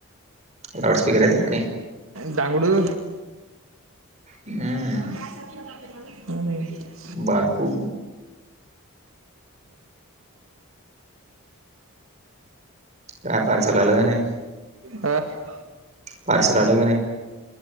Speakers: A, on the right; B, on the right.
A: लाऊड स्पीकर येतात ते.
B: दांगडू.
A: अ.. म
B: <unintelligible>
A: बारको, काय पार्सल आलं का नाही?
B: आं..
A: पार्सल आलं की नाही.